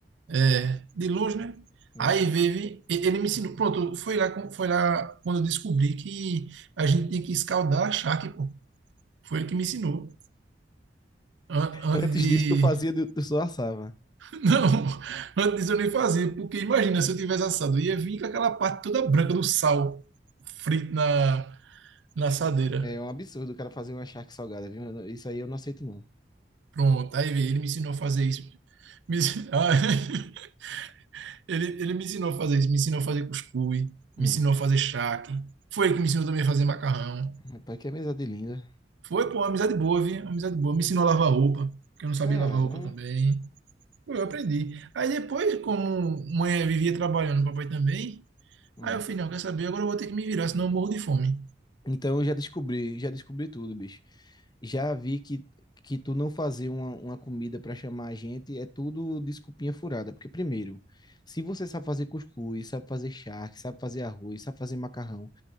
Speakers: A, on the right; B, on the left.
A: é, de longe, né?
B: É.
A: Aí vive, ele me ensinou, pronto, foi lá, com- foi lá quando eu descobri que a gente tinha que escaldar a charque, pô. Foi ele que me ensinou. An- Antes
B: Antes
A: de.
B: disso, tu fazia, do- tu só assava.
A: <laughs> Não, antes disso eu nem fazia, porque imagina se eu tivesse assado, eu ia vir com aquela parte toda branca do sal frito na, na assadeira.
B: É um absurdo o cara fazer uma charque salgada, viu? Eu não- Isso aí eu não aceito, não.
A: Pronto, aí veio, ele me ensinou a fazer isso. Me ensinou... <laughs> Ele, ele me ensinou a fazer isso, me ensinou a fazer cuscuz,
B: Hum.
A: me ensinou a fazer charque. Foi ele que me ensinou também a fazer macarrão.
B: Rapaz, que amizade linda.
A: Foi, pô, uma amizade boa, viu? Uma Amizade boa. Me ensinou a lavar roupa, porque eu não sabia
B: Caramba.
A: lavar roupa também. Pô, eu aprendi. Aí depois, como mãe vivia trabalhando, papai também,
B: Hum.
A: aí eu falei, não, quer saber? Agora eu vou ter que me virar, senão eu morro de fome.
B: Então eu já descobri, já descobri tudo, bicho. Já vi que, que tu não fazer uma, uma comida para chamar a gente é tudo desculpinha furada. Porque, primeiro, se você sabe fazer cuscuz, sabe fazer charque, sabe fazer arroz, sabe fazer macarrão,